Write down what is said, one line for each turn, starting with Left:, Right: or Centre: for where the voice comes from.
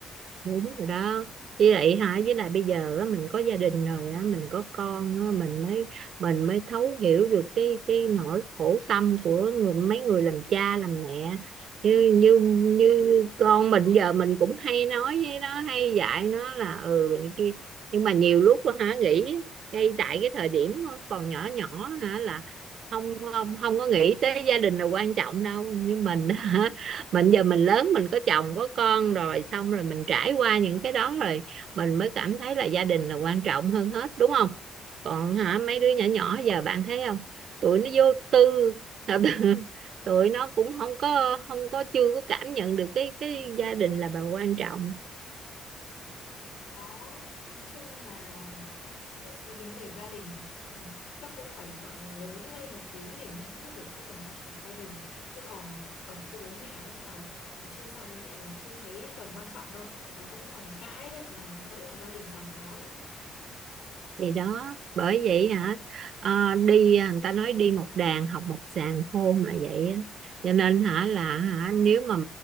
Right: đúng rồi đó với lại hả với lại bây giờ á, mình có gia đình rồi á mình có con á, mình mới mình mới thấu hiểu được cái cái nỗi khổ tâm của người, mấy người làm cha làm mẹ như như như con mình giờ mình cũng hay nói với nó hay dạy nó là ừ này kia nhưng mà nhiều lúc á, hả nghĩ ngay tại cái thời điểm nó còn nhỏ nhỏ hả là không không không có nghĩ tới gia đình là quan trọng đâu như mình á, mình giờ mình lớn mình có chồng có con rồi xong rồi mình trải qua những cái đó rồi mình mới cảm thấy là gia đình là quan trọng hơn hết đúng không còn hả mấy đứa nhỏ nhỏ giờ bạn thấy không tụi nó vô tư <laughs> tụi nó cũng không có không có chưa có cảm nhận được cái cái gia đình là bà quan trọng
Left: Đó, nói chung là nó, cái vấn đề gia đình thì ừ, chắc cũng phải gọi là lớn lên một tí để nhận thức được cái tầm quan trọng của gia đình. Chứ còn mà ở với bố mẹ đó là, là chưa xa bố mẹ là chưa thấy tầm quan trọng đâu, là vẫn còn cãi đấy, là vẫn còn gia đình xào xáo đấy.
Right: thì đó bởi vậy hả ờ, đi à, người ta nói đi một đàn học một sàng khôn là vậy á. cho nên hả là hả nếu mà